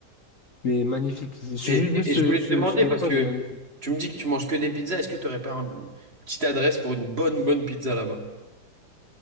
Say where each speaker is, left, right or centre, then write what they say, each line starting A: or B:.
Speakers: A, on the left (about 50°); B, on the right (about 35°).
A: Mais magnifique. C'est
B: Et,
A: ju-
B: et-
A: Juste,
B: et je
A: ce,
B: voulais
A: ce,
B: te demander,
A: ce game
B: parce
A: plan,
B: que
A: il est magnifique.
B: tu me dis que tu manges que des pizzas, est-ce que tu n'aurais pas un- une petite adresse pour une bonne, bonne pizza là-bas?